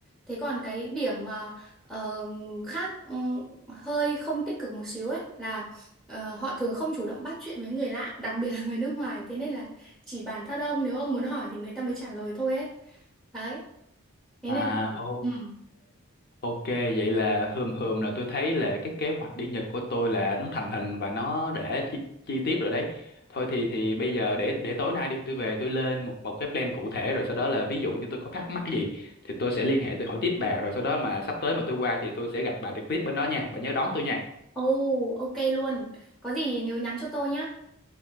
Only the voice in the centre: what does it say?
Thế còn cái điểm mà ờ, khác ừm, hơi không tích cực một xíu ấy là ờ, họ thường không chủ động bắt chuyện với người lạ, đặc biệt là người nước ngoài. Thế nên là chỉ bản thân ông nếu ông muốn hỏi thì người ta mới trả lời thôi ấy. Đấy. Thế
nên là
ừ.
Oh, ok luôn. Có gì nhớ nhắn cho tôi nhá.